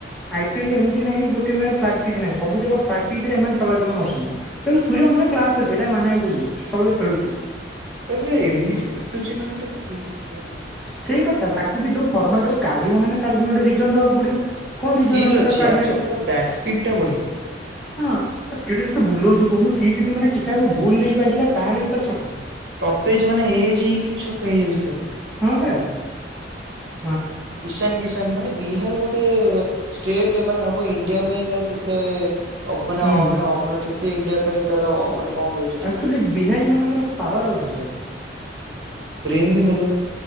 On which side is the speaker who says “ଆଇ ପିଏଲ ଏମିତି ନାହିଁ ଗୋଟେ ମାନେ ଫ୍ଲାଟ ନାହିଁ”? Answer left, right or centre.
Centre